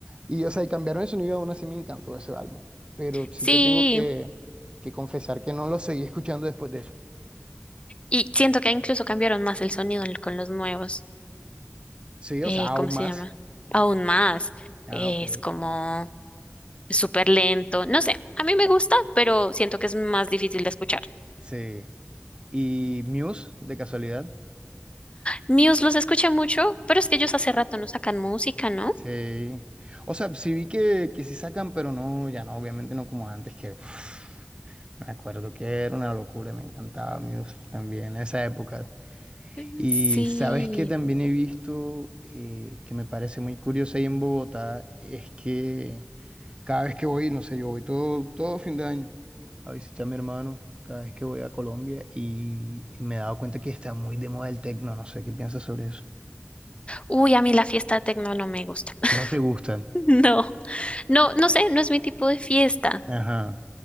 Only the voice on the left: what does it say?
Sí.
Y siento que incluso cambiaron más el sonido en- con los nuevos.
eh,
¿cómo se
llama? Aún más.
eh,
es como súper lento. No sé, a mí me gusta, pero siento que es más difícil de escuchar.
Muse los escuché mucho, pero es que ellos hace rato no sacan música, ¿no?
Mm,
Sí.
Uy, a mí la fiesta de tecno no me gusta. <laughs>
No, no, no sé, no es mi tipo de fiesta,